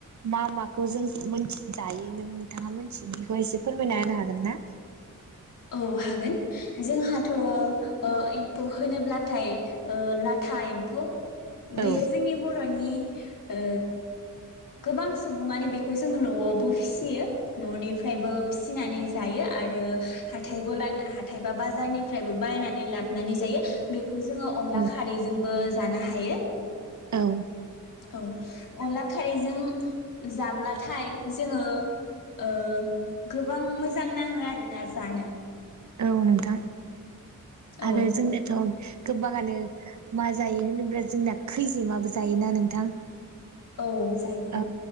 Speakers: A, on the right; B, on the left.
A: मा मा खौ जों मिनथि जायो नों नोंथाङा मोनथियो बेखौ एसे फोरमायना होनो हागोन ना
B: औ हागोन जोंहाथ' ओ एम्फौ होनोब्ला थाय ओ लाथा एम्फौ बेयो
A: औ
B: जोंनि बर'नि ओ गोबां सुबुङानो बेखौ जों न'आवबो फिसियो न'निफ्रायबो फिसिनानै जायो आ ओ हाथाइ गला हाथाइ बा बाजारनिफ्रायबो बायनानै लाबनानै जायो बे खौ जोङो अनला
A: औ
B: खारैजोंबो जानो हायो।
A: ओं।
B: औ अनला खारैजों जाब्लाथाय जोङो ओ गोबां मोजां नाङो आरो। ना जानो।
A: औ नोंथां
B: औ
A: आरो जोंनोथ' गोबाङानो मा जायो होनोब्ला जोंनाया खैजेमाबो जायोना नोंथां।
B: औ जायो
A: औ